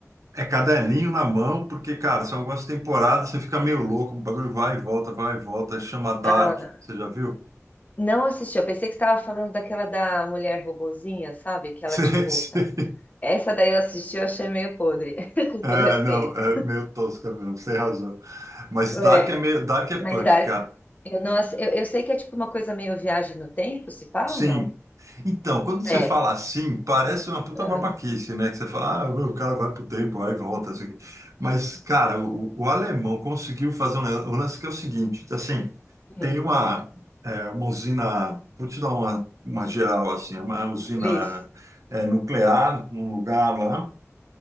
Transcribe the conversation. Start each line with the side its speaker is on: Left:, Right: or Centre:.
Right: É caderninho na mão, porque, cara, são algumas temporadas, você fica meio louco, o bagulho vai e volta, vai e volta. Chama Dark.
Left: Ah,
Right: Você já viu?
Left: não assisti, eu pensei que você tava falando daquela da mulher robozinha, sabe? Que
Right: <laughs>
Left: ela, tipo, tá... Essa daí eu assisti, eu achei meio podre, <laughs> com
Right: É,
Left: todo respeito.
Right: não, é meio tosca mesmo, sem razão. Mas
Left: É,
Right: Dark é meio, Dark é
Left: mas
Right: punk,
Left: Dark,
Right: cara.
Left: eu, não, ass- eu, eu sei que é tipo uma coisa meio viagem no tempo, se pá
Right: Sim.
Left: ou não?
Right: Então, quando você
Left: É.
Right: fala assim, parece uma puta
Left: Ah,
Right: babaquice, né? Que você fala, ah, o cara vai pro tempo, vai e volta, assim. Mas, cara, o, o alemão conseguiu fazer um lan- um lance que é o seguinte, assim,
Left: hum,
Right: tem uma, é, uma usina, vou te dar uma, uma geral, assim, uma usina,
Left: Cris.
Right: é, nuclear num lugar lá,